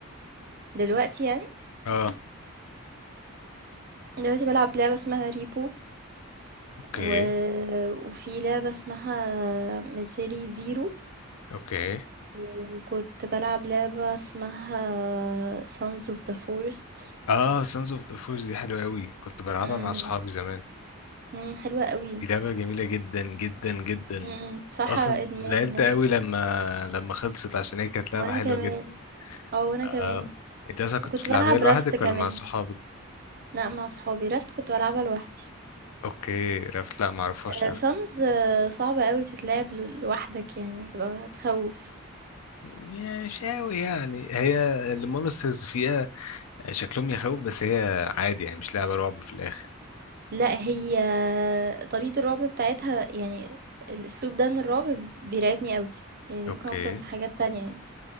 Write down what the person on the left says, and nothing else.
اه
اوكي
اوكي
اه سانز اوف ذا فورس دي حلوة قوي كنت بلعبها
مع صحابي زمان
دي لعبة جميلة جدا جدا جدا
اصلا
زعلت
قوي لما لما خلصت عشان هي كانت لعبة
حلوة
جدا
آه. انت اصلا كنت
بتلعبيها
لوحدك
ولا مع صحابك
اوكي رفت لا معرفهاش
رفت
مش قوي يعني هي المونسترز فيها شكلهم يخوف بس هي عادي يعني مش لعبة رعب في الاخر
اوكي